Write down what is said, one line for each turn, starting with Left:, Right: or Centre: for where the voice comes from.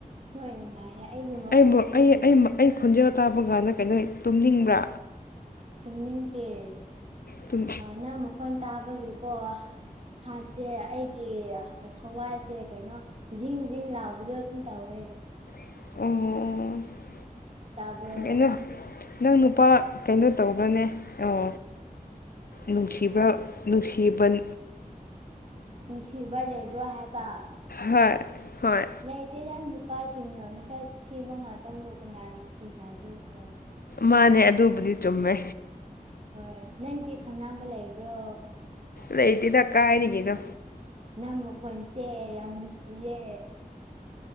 Right: ꯍꯣꯏ ꯅꯨꯡꯉꯥꯏꯌꯦ ꯑꯩꯒꯤ ꯃꯈꯣꯟꯇꯤ
Left: ꯑꯩꯕꯨ ꯑꯩ ꯑꯩ ꯑꯩ ꯈꯣꯟꯖꯦꯜ ꯇꯥꯕ ꯀꯥꯟꯅ ꯀꯩꯅꯣ ꯇꯨꯝꯅꯤꯡꯕ꯭ꯔꯥ
Right: ꯇꯨꯝꯅꯤꯡꯗꯦ
Left: ꯇꯨꯝ
Right: ꯅꯪ ꯃꯈꯣꯟ ꯇꯥꯕꯒꯤꯦꯀꯣ ꯍꯥꯔꯠꯁꯦ ꯑꯩꯒꯤ ꯊꯋꯥꯏꯁꯦ ꯀꯩꯅꯣ ꯖꯤꯡ ꯖꯤꯡ ꯂꯥꯎꯕꯗꯣ ꯑꯗꯨꯝ ꯇꯧꯋꯦ ꯍ
Left: ꯑꯣ ꯑꯣ
Right: ꯇꯥꯕ꯭ꯔꯣ
Left: ꯀꯩꯅꯣ ꯅꯪ ꯅꯨꯄꯥ ꯀꯩꯅꯣ ꯇꯧꯕ꯭ꯔꯅꯦ ꯑꯣ ꯅꯨꯡꯁꯤꯕ꯭ꯔ ꯅꯨꯡꯁꯤꯕꯟ
Right: ꯅꯨꯡꯁꯤꯕ ꯂꯩꯕ꯭ꯔꯣ ꯍꯥꯏꯕ
Left: ꯍꯣꯏ ꯍꯣꯏ
Right: ꯂꯩꯇꯇꯩ ꯇꯥꯁ ꯅꯨꯄꯥꯁꯤꯡꯅꯣ ꯈꯔ ꯊꯤꯕ ꯉꯥꯛꯇꯕꯕꯨ ꯀꯅꯥ ꯁꯤꯅꯗꯣꯏꯅꯣ
Left: ꯃꯥꯅꯦ ꯑꯗꯨꯕꯨꯗꯤ ꯆꯨꯝꯃꯦ
Right: ꯍꯣꯏ ꯅꯪꯗꯤ ꯈꯪꯅꯕ ꯂꯩꯕ꯭ꯔꯣ
Left: ꯂꯩꯇꯤꯗ ꯀꯥꯏꯔꯤꯉꯗꯣ
Right: ꯅꯝ ꯃꯈꯣꯟꯁꯦ ꯌꯥꯝ ꯨꯁꯤꯌꯦ